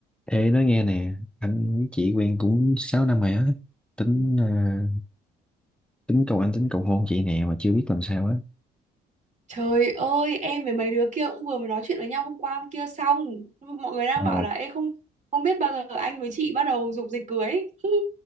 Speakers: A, in the centre; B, on the right.
A: Ê nói nghe nè Anh với chị quen cũng 6 năm rồi á Tính à, tính cầu anh tính cầu hôn chị nè Mà chưa biết làm sao á
B: Trời ơi, em với mấy đứa kia cũng vừa mới nói chuyện với nhau hôm qua hôm kia xong. Mọi người đang
A: Ờ,
B: bảo là em không không biết bao giờ anh với chị bắt đầu dục dịch cưới. <laughs>